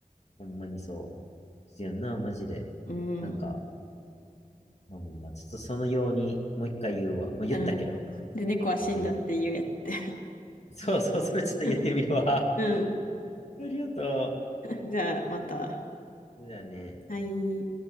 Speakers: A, on the left; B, on the left.
A: ほんまにそう。必要な、マジで。
B: う。うん。
A: なんか、まあ、まあちょっとそのように、もう一回言うわ。まあ、言ったけど。
B: うん。で、猫は死んだって言えって。
A: 君も。そうそう、それちょっと言ってみるわ。
B: <laughs> うん。
A: <laughs> ありがと
B: じゃあ、また。
A: う。そうだね。
B: はい。